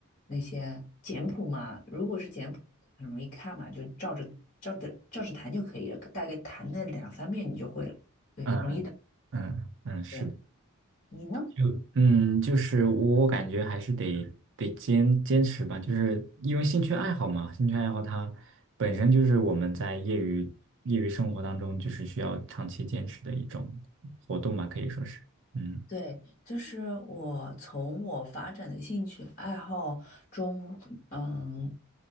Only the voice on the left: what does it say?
那些简谱嘛，如果是简谱很容易看嘛，就照着照着照着弹就可以了，大概弹个两三遍你就会了。对，
很容易。
对，你呢？
对，就是我从我发展的兴趣爱好中，嗯，